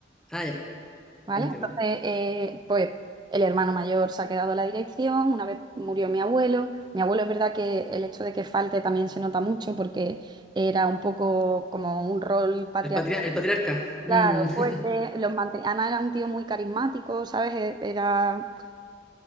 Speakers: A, in the centre; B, on the right.
A: Ah, ya.
B: ¿vale?
A: Entiendo.
B: Entonces, eh, pues el hermano mayor se ha quedado a la dirección, una vez murió mi abuelo, mi abuelo es verdad que el hecho de que falte también se nota mucho porque era un poco como un rol patriarcal,
A: El, patria- el patriarca. Mm,
B: claro,
A: <laughs>
B: fuerte, los manten- además era un tío muy carismático, ¿sabes? E- Era...